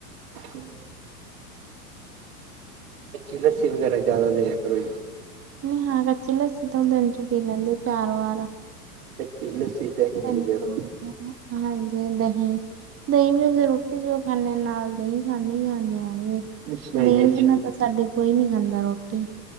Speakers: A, on the right; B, on the right.
A: ਹਮ ਕੱਚੀ ਲੱਸੀ ਵਗੈਰਾ ਜ਼ਾਦਾ ਦੇਆ ਕਰੋ।
B: ਨਈ ਹਾਂ ਕੱਚੀ ਲੱਸੀ ਤਾ ਦਿਨ ਚ ਪੀ ਲੈਂਦੇ ਚਾਰ ਵਾਰ।
A: ਕੱਚੀ ਲੱਸੀ ਦਹੀਂ
B: ਤਿੰਨ
A: ਵਗੈਰਾ
B: ਚਾਰ ਵਾਰ ਨਾ ਹਾਂਜੀ ਦਹੀਂ, ਦਹੀਂ ਵੀ ਅਸੀਂ ਰੋਟੀ ਜੋ ਖਾਨਦੇ ਨਾਲ। ਦਹੀਂ ਖਾਂਦੇ- ਖਾਂਦੇ ਆ ਜੀ,
A: ਅੱਛਾ
B: ਦਹੀਂ
A: ਜੀ ਅੱਛਾ
B: ਬਿਨਾਂ ਤਾਂ ਸਾਡੇ ਕੋਈ ਨੀ ਖਾਂਦਾ ਰੋਟੀ।